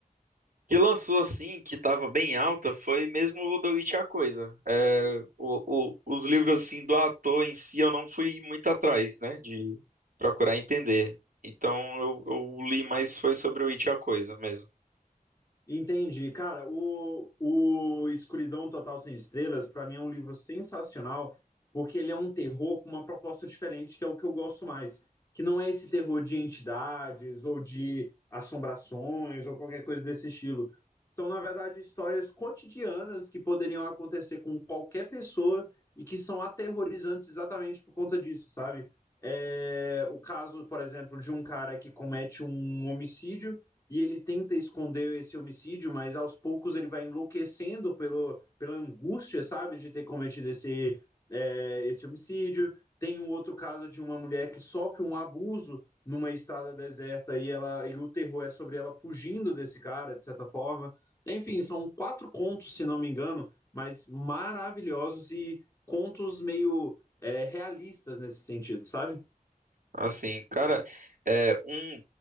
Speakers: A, on the right (about 65°); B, on the left (about 20°).
A: que lançou assim, que tava bem alta, foi mesmo o The Witch e a Coisa. É, o, o- os livros, assim, do ator em si, eu não fui muito atrás, né, de procurar entender. Então, eu, eu li mais foi sobre o It e a Coisa mesmo.
B: Entendi. Cara, o, o Escuridão Total Sem Estrelas, pra mim, é um livro sensacional, porque ele é um terror com uma proposta diferente, que é o que eu gosto mais. Que não é esse terror de entidades ou de assombrações ou qualquer coisa desse estilo. São, na verdade, histórias cotidianas que poderiam acontecer com qualquer pessoa e que são aterrorizantes exatamente por conta disso, sabe? É, o caso, por exemplo, de um cara que comete um homicídio e ele tenta esconder esse homicídio, mas aos poucos ele vai enlouquecendo pelo, pela angústia, sabe, de ter cometido esse, é, esse homicídio. Tem um outro caso de uma mulher que sofre um abuso numa estrada deserta e ela e o terror é sobre ela fugindo desse cara, de certa forma. Enfim, são quatro contos, se não me engano, mas maravilhosos e contos meio é, realistas nesse sentido, sabe?
A: Assim, cara, é um,